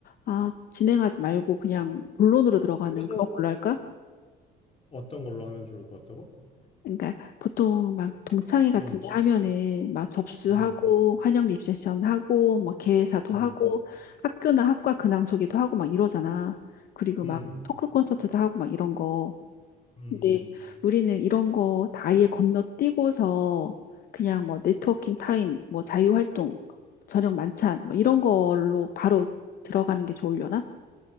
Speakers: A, on the left; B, on the left.
A: 아, 진행하지 말고 그냥 본론으로 들어가는
B: 거기서
A: 그런 걸로 할까?
B: 어떤 걸로 하면 좋을 것 같다고?
A: 그러니까 보통 막 동창회 같은
B: 음,
A: 데 하면은 막 접수하고
B: 음,
A: 환영 리셉션 하고 뭐 개회사도
B: 음,
A: 하고 학교나 학과 근황 소개도 하고 막 이러잖아. 그리고
B: 음,
A: 막 토크 콘서트도 하고 막 이런 거.
B: 음.
A: 근데 우리는 이런 거 다 아예 건너뛰고서 그냥 뭐 네트워킹 타임, 뭐 자유 활동, 저녁 만찬 뭐 이런 걸로 바로 들어가는 게 좋으려나?